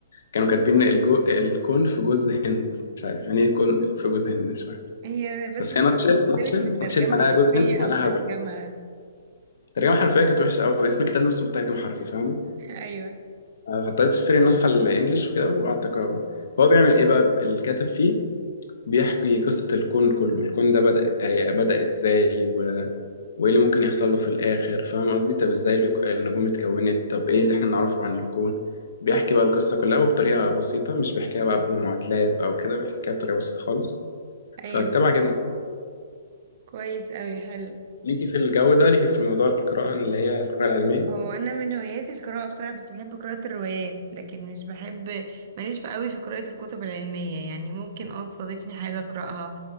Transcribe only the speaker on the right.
هي بس
ممكن
تختلف
من ترجمة
حرفية
أو ترجمة
<laughs> أيوة
أيوة
كويس أوي حلو
هو أنا من هواياتي القراءة بصراحة بس بحب قراءة الروايات لكن مش بحب ماليش في أوي في قراءة الكتب العلمية يعني ممكن اه تستضيفني حاجة أقرأها